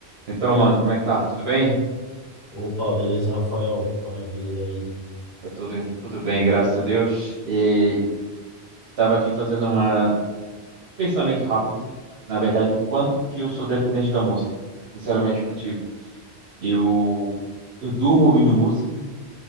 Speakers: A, on the right; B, on the right.
A: Então, mano, como é que tá? Tudo bem?
B: Opa, beleza, Rafael? Maravilha, e aí?
A: Tá tudo, tudo bem, graças a Deus. E tava aqui fazendo uma- um pensamento rápido. Na verdade, o quanto que eu sou dependente da música, sinceramente contigo. Eu, eu durmo ouvindo música,